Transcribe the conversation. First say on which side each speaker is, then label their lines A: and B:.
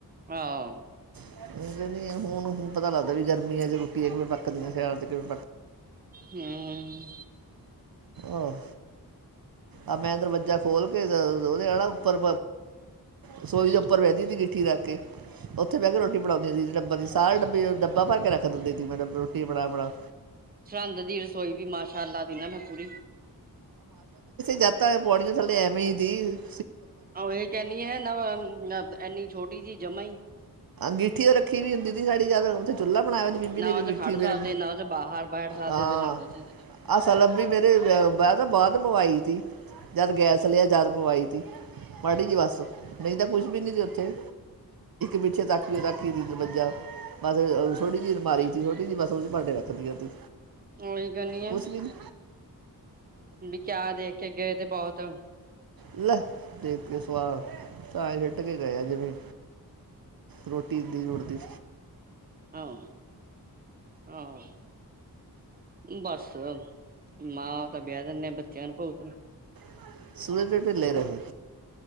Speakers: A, on the right; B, on the right.
A: ਆਹੋ
B: <unintelligible> ਨਹੀਂ ਹੁਣ ਹੁਣ ਪਤਾ ਲੱਗਦਾ ਵੀ ਗਰਮੀ ਮੀਆਂ ਜ ਰੋਟੀਆ ਇੱਕ ਵੀ ਪੱਕਦੀਆਂ। ਹ <unintelligible> ਦੇ <unintelligible>
A: ਹੂੰ‌।
B: ਔ ਹ ਆ ਮੈਂ ਦਰਵਾਜਾ ਖੋਲ। ਉਹਦੇ ਆਾ ਉੱਪਰ ਰਸੋਈ ਦੇ ਉੱਪਰ ਬਹਿੰਦੀ ਹੁੰਦੀ ਗਿੱਠੀ ਰੱਖ ਕੇ ਉੱਥੇ ਬਹਿ ਕੇ ਰੋਟੀ ਬਣਾਉਂਦੀ ਹੁੰਦੀ ਸੀ ਡੱਬਾ ਦੀ ਸਾਰੇ ਡੱਬੇ ਡੱਬਾ ਭਰ ਕੇ ਰੱਖ ਦਿੰਦੇ ਸੀ ਮੈਂ ਡੱਬੇ ਰੋਟੀ ਬਣਾ ਬਣਾ
A: ਸਰੰਦ ਦੀ ਰਸੋਈ ਵੀ ਮਾਸ਼ਾ ਅੱਲਾਹ ਦੀਨਾ ਮੈਂ ਪੂਰੀ
B: ਜਾਤਾਂ ਪਾੌੜੀਆਂ ਥੱਲੇ ਐਵੇਂ ਹੀ ਸੀ।
A: ਹੀ ਕਹਿੰਦੀ ਆ ਨਾ ਇਨੀ ਛੋਟੀ ਜਿਹੀ ਜਮਾ ਹੀ।
B: ਗਿੱਠੀ ਰੱਖੀ ਵੀ ਹੁੰਦੀ ਗੰਦੀ ਸੀ ਉਥੇ ਚੁੱਲ੍ਹਾ ਬਣਾਇਆਦੀ ਮੀਮੀ
A: ਨਾ
B: ਨੇ ਗਿੱਠੀ
A: ਉਹ ਚ ਖੜ
B: ਮੇਰੇ
A: ਸਕਦੇ ਨਾ ਉਹ ਚ ਬਾਹਰ ਬੈਠ ਸਕਦੇ
B: ਹਾਂ
A: ਤੇ ਨਾ ਕੁਛ
B: ਆਸਾ ਲੱਭੀ ਮੇਰੇ ਤਾਂ ਬਾਅ ਪਵਾਈ ਸੀ। ਜਦ ਗੈਸ ਲਿਆ ਜਦ ਪਵਾਈ ਤੀ--ਮਾੜੀ ਜੀ ਬੱਸ ਨਹੀਂ ਤਾਂ ਕੁਛ ਵੀ ਨੀ ਸੀ ਉੱਥੇ ਪਿੱਛੇ ਤਾਕੀ ਤਾੱਕੀ ਦਰਵਾਜਾ ਬਸ ਜੀ ਛੋਟੀ ਜਿਹੀ ਅਲਮਾਰੀ ਸੀ ਛੋਟੀ ਜਹੀ ਬਸ ਵਡੇ ਰੱਖਦੀ ਆ ਤੂੰ
A: ਉਹੀ ਕਹਿੰਨੀ ਆ
B: ਕੁਛ ਵੀ ਨੀ
A: ਵੀ ਕਿਆ ਦੇਖ ਕੇੱ ਗਏ ਤੇ ਬਹੁਤ
B: ਲੈ ਦੇਖ ਕੇ ਸਵਾਲ ਸਏ ਹਿੱਟ ਕੇ ਗਏ ਜਿਵੇਂ ਰੋਟੀ ਦੀ ਲੋੜਦੀ
A: ਹਾਂ ਹਾ ਬੱਸ ਮਾਂ ਬਾਪ ਤਾਂ ਵਿਆਹ ਦਿੰਦੇ ਆ ਬੱਚਿਆਂ ਨੂੰ ਭੁਗਤ
B: <inaudible> ਫਿਰੱਲ ਰ ਸੀ